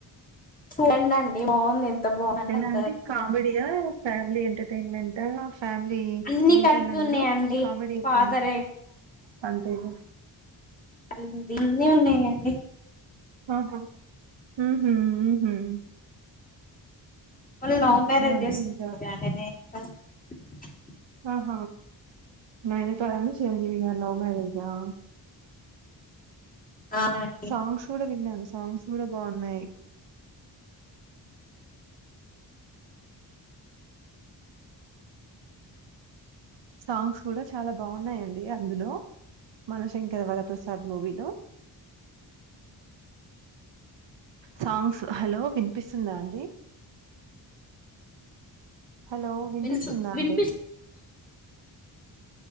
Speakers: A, on the left; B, on the right.
A: చూడండండి. బాగుంది. బాగుందంటే
B: ఎలా అంటే
A: అంత
B: కామెడియా ఫ్యామిలీ ఎంటర్ ఎంటర్టైన్మెంట్ ఆ ఫ్యామిలీ
A: అన్ని
B: ఏంటండి.
A: కలుతున్నాయండి
B: అందులో కామెడీ ఎక్కువ
A: ఫాదర్
B: అంతేగా
A: అ ఉంది అన్ని ఉన్నాయాండి.
B: ఆహా హ్మ్ హ్మ్
A: వాళ్ళు లవ్ మ్యారేజ్
B: అంటే ఇంకా
A: <unintelligible>
B: ఆహ నైనాతారను చిరంజీవి గారు లవ్ మ్యారేజ్ ఆ
A: అవునండి
B: సాంగ్స్ కూడ విన్నాను. సాంగ్స్ కూడా బాగున్నాయి. సాంగ్స్ కూడా చాలా బాగున్నాయండి. అందులో మనశంకర వరప్రసాద్ మూవీలో సాంగ్స్ హలో వినిపిస్తుందా అండి. హలో వినిపిస్తుందా
A: విన్ విన్
B: అండి.